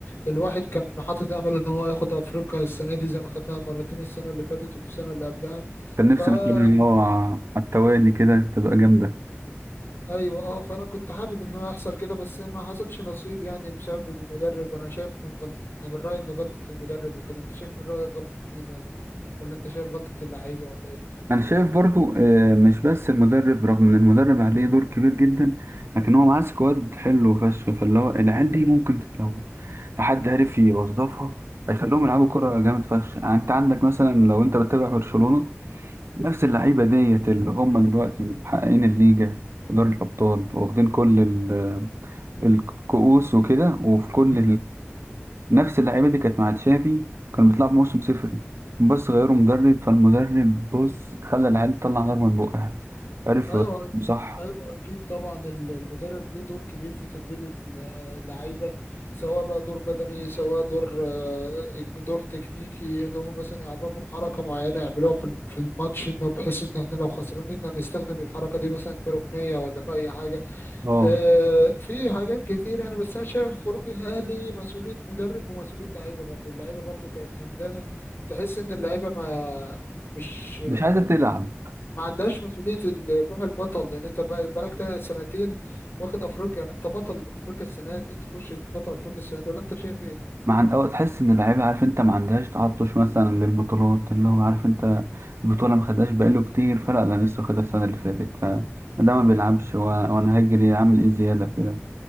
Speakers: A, on the left; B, on the right.
A: الواحد كان حاطط امل ان هو ياخد افريقيا السنه دي زي ما خدناها مرتين السنه اللي فاتت والسنه اللي قبلها
B: كان نفسي
A: فا
B: ان كده اه على التوالي كده تبقى جامده
A: ايوه اه فانا كنت حابب ان هو يحصل كده بس ما حصلش نصيب يعني بسبب المدرب انا شايف من غلط من رايي ان غلطه المدرب وكده انت شايف من رايك غلطه مين ولا ولا انت شايف غلطه اللعيبه ولا ايه
B: انا شايف برضو آه، مش بس المدرب رغم ان المدرب عليه دور كبير جدا لكن هو معاه سكواد حلو فشخ فاللي هو العيال دي ممكن لو لو حد عرف يوظفها هيخليهم يلعبوا كرة جامد فشخ يعني انت عندك مثلا لو انت بتتابع برشلونة نفس اللعيبة ديت اللي هم دلوقتي محققين الليجا ودوري الأبطال واخدين كل ال- آه، الكؤوس وكده وفي كل نفس اللعيبه دي كانت مع تشافي كانوا بيطلعوا بموسم صفري بس غيروا مدرب فالمدرب بص خلى العيال تطلع نار من بقها عرف
A: ايوه
B: يوظفهم صح
A: ايوه اكيد طبعا ال- المدرب ليه دور كبير في تدريب ال- اللعيبه سواء بقى دور بدني سواء دور آه، دور تكنيكي ان هم مثلا يعرفهم حركه معينه يعملوها في ال- في الماتش انه بحيث ان احنا لو خسرانين هنستخدم الحركه دي مثلا في ركنيه ولا في اي حاجه
B: اه
A: آه، في حاجات كتير يعني بس انا شايف خروج الاهلي مسؤوليه مدرب ومسؤوليه لعيبه برضو اللعيبه برضو كانت همدانه تحس ان اللعيبه ما مش
B: مش عايزه تلعب
A: ما عندهاش مسؤولية ال- روح البطل لأن أنت بقى- بقالك تا- سنتين واخد أفريقيا يعني أنت بطل أفريقيا السنة دي تخش بطل أفريقيا السنة دي ولا أنت شايف إيه؟
B: مع أو تحس ان اللعيبه عارف انت ما عندهاش تعطش مثلا للبطولات اللي هو عارف انت البطوله ما خدهاش بقاله كتير فلا انا لسه خدها السنه اللي فاتت فما ده ما بيلعبش و- وانا هجري اعمل ايه زياده في كده